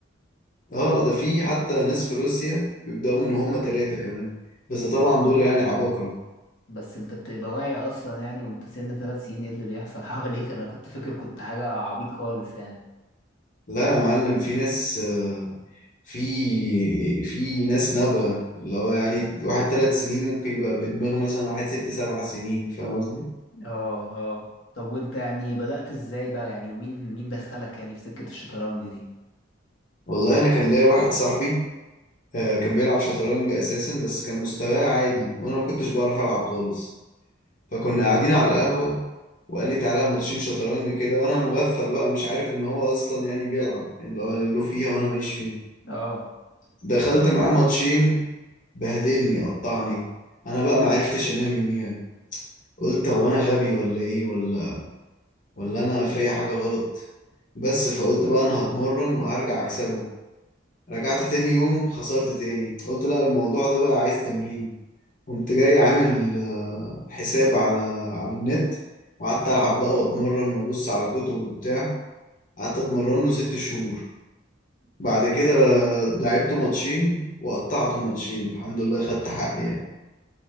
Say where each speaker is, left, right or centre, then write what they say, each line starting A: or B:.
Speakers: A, on the left (about 45°); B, on the left (about 80°).
A: اه ده في حتى ناس في روسيا بيبداوا من هم ثلاثه كمان بس طبعا دول يعني عباقره
B: بس انت بتبقى واعي اصلا يعني وانت سن ثلاث سنين ايه اللي بيحصل <laughs> حواليك انا كنت فاكر كنت حاجة عبيط خالص يعني
A: لا يا معلم في ناس آه، في في ناس نابغه اللي هو يعني واحد ثلاث سنين ممكن يبقى بدماغ مثلا واحد ست سبع سنين فاهم قصدي؟
B: اه اه طب وانت يعني بدأت ازاي بقى يعني ومين مين دخلك يعني في سكة الشطرنج دي
A: والله انا كان ليا واحد صاحبي آه، كان بيلعب شطرنج اساسا بس كان مستواه عادي وانا ما كنتش بعرف العب خالص فكنا قاعدين على القهوه وقال لي تعالى ماتشين شطرنج كده وانا مغفل بقى مش عارف ان هو اصلا يعني بيلعب يعني اللي هو له فيها وانا ماليش فيها
B: اه
A: دخلت معاه ماتشين بهدلني قطعني انا بقى ما عرفتش انام يوميها قلت هو انا غبي ولا ايه ولا ولا انا فيا حاجه غلط بس فقلت بقى انا هتمرن وهرجع اكسبه رجعت تاني يوم خسرت تاني قلت لا الموضوع ده بقى عايز تمرين قمت جاي عامل آه، حساب على على النت وقعدت ألعب بقى وأتمرن وأبص على كتب وبتاع قعدت أتمرن له ست شهور بعد كده لعبت ماتشين وقطعت ماتشين الحمد لله خدت حقي يعني